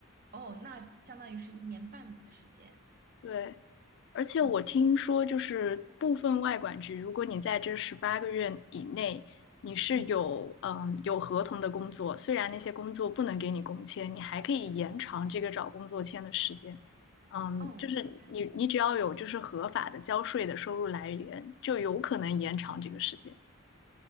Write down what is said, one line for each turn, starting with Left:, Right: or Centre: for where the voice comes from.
Right: 哦，那相当于是一年半的时间。
Left: 对。而且我听说，
Right: 哦，
Left: 就是部分外管局，如果你在这十八个月以内，你是有嗯有合同的工作，
Right: 嗯，
Left: 虽然那些工作不能给你工签，你还可以延长这个找工作签的时间。嗯，
Right: 哦，
Left: 就是你你只要有就是合法的交税的收入来源，
Right: 我明白了。
Left: 就有可能延长这个时间。